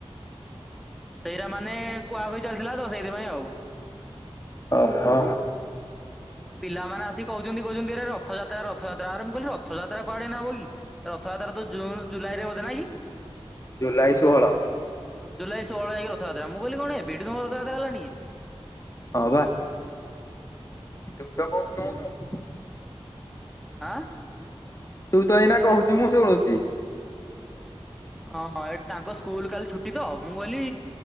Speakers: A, in the centre; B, on the left.
A: ସେଇରା ମାନେ କୁହାକୁହି ଚାଲିଥିଲା ତ ସେଇଥିପାଇଁ ଆଉ।
B: ଓହୋ
A: ପିଲାମାନେ ଆସିକି କହୁଛନ୍ତି କହୁଛନ୍ତି ଏରେ ରଥଯାତ୍ରା ରଥଯାତ୍ରା। ଆରେ ମୁଁ କହିଲି ରଥଯାତ୍ରା କୁଆଡେ ଏଇନା ହବକି। ରଥଯାତ୍ରା ତ ଜୁନ ଜୁଲାଇରେ ବୋଧେ ନାଇଁ କି?
B: ଜୁଲାଇ ଷୋହଳ।
A: ଜୁଲାଇ ଷୋହଳରେ ଯାଇକି ରଥଯାତ୍ରା। ମୁଁ କହିଲି କଣ ଏବେଠୁ ତମର ରଥଯାତ୍ରା ହେଲାଣି କି?
B: ହଁ ବା। ତୁ ତ କହୁଥିଲୁ ମୁଁ ଶୁଣୁ
A: ଆଁ
B: ତୁ ତ ଏଇନା କହୁଛୁ ମୁଁ ଶୁଣୁଛି।
A: ହଁ ହଁ ଏଠି ତାଙ୍କ ସ୍କୁଲ କାଲି ଛୁଟି ତ। ମୁଁ କହିଲି